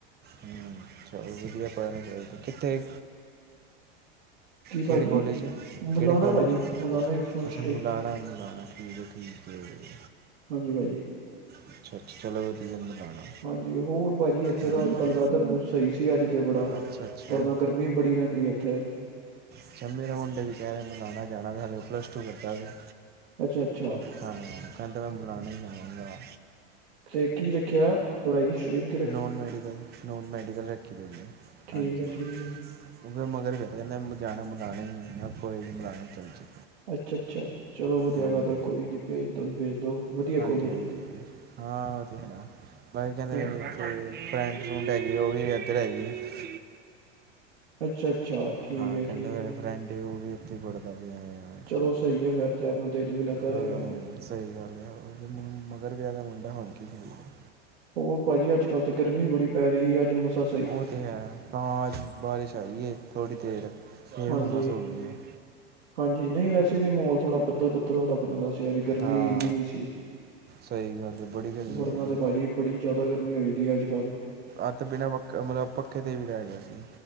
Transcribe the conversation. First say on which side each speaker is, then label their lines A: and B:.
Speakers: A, on the right; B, on the right.
A: ਹੂੰ ਚਲ ਵਧੀਆ ਪੜ੍ਰਨ ਗੇ ਕਿੱਥੇ।
B: ਕੀ
A: ਕਿਹੜੇ
B: ਭਾਜੀ
A: ਕਾਲਜ
B: ਮੁਲਾਨਾ
A: ਕਿਹੜੇ ਕਾਲਜ
B: ਭਾਜੀ
A: 'ਚ
B: ਮੁਲਾਨਾ ਯੂਨੀਵਰਸਿਟੀ
A: ਅੱਛਾ ਮਿਲਾਣਾ ਮਿਲਾਣਾ ਠੀਕ ਹੈ ਠੀਕ। ਅਤੇ।
B: ਹਾਂਜੀ ਭਾਜੀ।
A: ਅੱਛਾ ਅੱਛਾ ਚਲੋ ਵਧੀਆ ਮਿਲਾਣਾ।
B: ਹਾਂਜੀ ਹੋਰ ਭਾਜੀ ਇੱਥੇ
A: ਹਾਂ
B: ਤਾਂ ਅੱਜ ਕੱਲ ਬੈਦਰ ਕੁਛ ਸਹੀ ਸੀ। ਅੱਜ ਤੇ ਬੜਾ
A: ਅੱਛਾ ਅੱਛਾ
B: ਵਰਨਾ ਕਦੀ। ਗਰਮੀ ਬੜੀ ਰਹਿੰਦੀ ਹੈ। ਇੱਥੇ।
A: ਅੱਛਾ ਮੇਰੇ ਮੁੰਡੇ ਵੀ ਕਹਿ ਰਹੇ ਮਿਲਾਣਾ ਜਾਣਾ ਹਲੇ ਉਹ ਪਲੱਸ ਟੂ ਕਰਦਾ ਗਾ।
B: ਅੱਛਾ ਅੱਛਾ।
A: ਹਾਂ ਕਹਿੰਦਾ ਮੈਂ ਮਿਲਾਣਾ ਹੀ ਜਾਵਾਂਗਾ।
B: ਤੇ ਕੀ ਰੱਖਿਆ ਪੜ੍ਹਾਈ stream.
A: Non medical non medical ਰੱਖੀ ਹੈ ਉਹਨੇ
B: ਠੀਕ
A: ਹਾਂਜੀ।
B: ਹੈ ਠੀਕ ਹੈ
A: ਕਿਉਕਿ ਮਗਰ ਪਏ ਨੇ ਕਹਿੰਦੇ ਜਾਣਾ ਮੰਗਾਣੇ ਹੀ। ਕੋਈ ਨਹੀਂ ਬੁਲਾਣਾ ਚੱਲ ਜੀ
B: ਅੱਛਾ ਅੱਛਾ ਚਲੋ ਵਧੀਆ
A: ਹੂੰ
B: ਗੱਲ ਹੈ। ਕੋਈ ਨੀ ਭੇਜ ਦੋ ਭੇਜ ਦੋ। ਵਧੀਆ
A: ਹਾਂਜੀ
B: ਕੋਲਜ
A: ਹਾਂਜੀ
B: ਹੈ
A: ਹਾਂ। ਉਹ ਤੇ ਹੈ। ਬਈ ਕਹਿੰਦੇ
B: ਹਾਂਜੀ
A: ਵੀ। ਤੇ ਫਰੈਂਡ ਫਰੁਡ ਹੈਗੀ ਹੈ। ਉਹ ਵੀ ਇੱਧਰ ਹੈਗੀ ਹੈ।
B: ਅੱਛਾ ਅੱਛਾ। ਠੀਕ
A: ਹਾਂ
B: ਹੈ
A: ਕਹਿੰਦੇ
B: ਠੀਕ
A: ਮੇਰੇ
B: ਹੈ
A: ਫਰੈਂਡ ਹੈ। ਉਹ ਵੀ ਉੱਥੇ ਪੜਦਾ ਪਇਆ ਗਾ।
B: ਚਲੋ ਸਹੀ ਹੈ। ਫੇਰ ਤੇ ਆਪਣਾ ਦਿਲ ਵੀ ਲੱਗਾ
A: ਹਾਂ
B: ਰਹੇਗਾ ਨਾਲ।
A: ਸਹੀ ਗੱਲ ਹੈ। ਮਗਰ ਪਿਆ ਗਾ ਮੁੰਡਾ ਹੁਣ ਕੀ ਕਰੀਏ।
B: ਉਹ ਭਾਜੀ ਅੱਜ ਕੱਲ ਤੇ ਗਰਮੀ ਬੜੀ ਪੈ ਰਹੀ ਹੈ। ਅੱਜ ਮਸਾਂ।
A: ਉਹ ਤਾਂ ਹੈ ਤਾਂ ਬਾਰਿਸ਼ ਆਈਏ ਥੋੜ੍ਹੀ ਦੇਰ ਫਿਰ
B: ਹਾਂਜੀ
A: ਹੁੰਮਸ ਹੋ ਗਈ ਹੈ।
B: ਹਾਂਜੀ, ਨਈ ਵੈਸੇ ਵੀ ਮੋਲ ਥੋੜਾ ਬੱਦਲ-ਬੱਦਲ ਆਲਾ ਬਣੇਆ ਦਾ ਸੀ। ਅੱਜ ਗਰਮੀ
A: ਹਾਂ
B: ਏਨੀ ਨਈ ਸੀ।
A: ਸਹੀ ਗੱਲ ਏ, ਬੜੀ ਗਰਮੀ
B: ਵਰਨਾ
A: ਸੀ
B: ਤੇ ਪਾਜੀ ਬੜੀ ਜਾਦਾ ਗਰਮੀ ਹੋਈ ਦੀ ਐ, ਅੱਜ ਕੱਲ੍ਹ।
A: ਅੱਜ ਤੇ ਬਿਨਾਂ ਪੱਖੇ, ਮਤਲਬ ਪੱਖੇ ਤੇ ਵੀ ਰਹੇ ਗਿਆ ਸੀ।